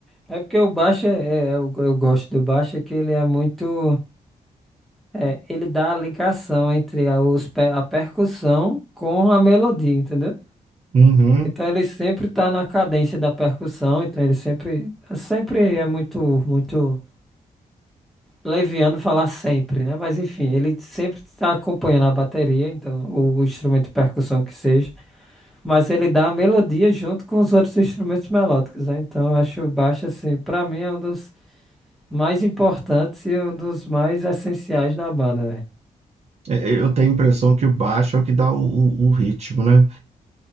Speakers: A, in the centre; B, on the right.
A: É porque o baixo, é, é- eu, eu gosto do baixo, é que ele é muito. é, ele dá a ligação entre a, os, pe- a percussão com a melodia, entendeu?
B: Uhum.
A: Então ele sempre tá na cadência da percussão, então ele sempre, sempre é muito, muito. Leviano falar sempre, né? Mas enfim, ele sempre está acompanhando a bateria, então, ou o instrumento de percussão que seja, mas ele dá a melodia junto com os outros instrumentos melódicos, né? Então, eu acho o baixo, assim, pra mim é um dos mais importantes e um dos mais essenciais na banda, velho.
B: É, é, Eu tenho a impressão que o baixo é o que dá o, o- o ritmo, né?